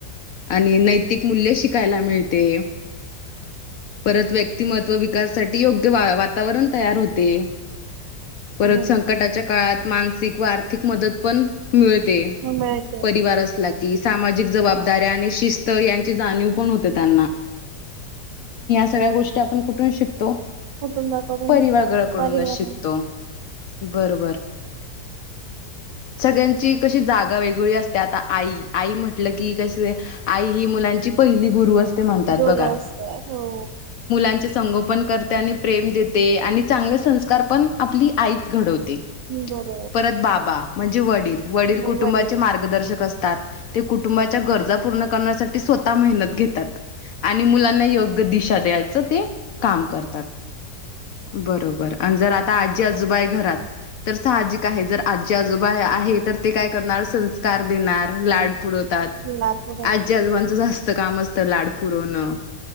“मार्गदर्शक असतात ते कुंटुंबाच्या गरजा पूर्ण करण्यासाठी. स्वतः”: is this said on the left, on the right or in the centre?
Left